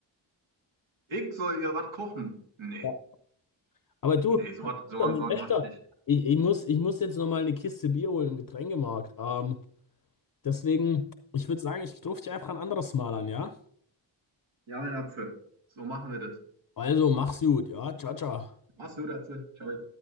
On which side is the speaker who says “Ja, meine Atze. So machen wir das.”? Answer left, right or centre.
Right